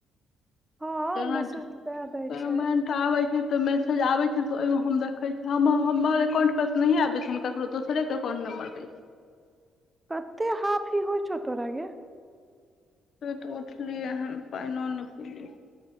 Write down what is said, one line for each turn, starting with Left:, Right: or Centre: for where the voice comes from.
Right: हँ
Left: पेमेंट
Right: मैसेज तऽ दए दै
Left: पेमेंट
Right: छै
Left: आबै छै तऽ मैसेज आबै छै त ओहिमे हम देखै छी हम हमर अकाउंट पर त नहीये आबै छै हम ककरो दोसरे के अकाउंट नंबर दैछी
Right: कतै हाफी होइ छउ तोरा गे
Left: सुति उठली हन पाइनो नइ पीली